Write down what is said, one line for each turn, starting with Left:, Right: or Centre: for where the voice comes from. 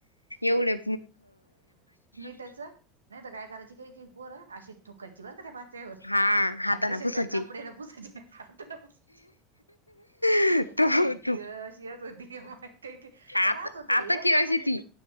Left: एवढे <unintelligible>
Right: त्याच नाही तर काय करायची काही की पोर अशीच, थूकायची बर का, त्या पाट्यावर
Left: हा हाताना
Right: आणि तसेच
Left: पुसाची
Right: त्या कपडे न पुसायचेस, हातान पुसायचे,
Left: तू
Right: अशी
Left: तू
Right: किळस येत होती, माहित काय?
Left: आता
Right: राहत होती
Left: आता
Right: लय
Left: खेळशी
Right: नमुने,
Left: ती